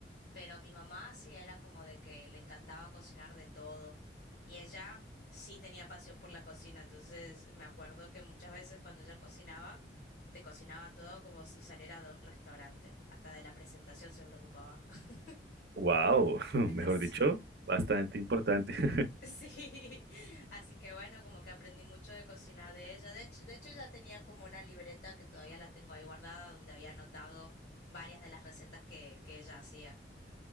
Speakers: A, on the left; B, on the right.
A: Pero mi mamá sí era como de que le encantaba cocinar de todo. Y ella sí tenía pasión por la cocina. Entonces me acuerdo que muchas veces cuando ella cocinaba, te cocinaba todo como si saliera de un restaurante. Hasta de la presentación se preocupaba. <laughs>
B: Wow, <laughs> mejor
A: Sí.
B: dicho, bastante importante. <laughs>
A: Sí, así que bueno, como que aprendí mucho de cocina de ella. De hecho, de hecho, ya tenía como una libreta que todavía la tengo ahí guardada, donde había anotado varias de las recetas que, que ella hacía.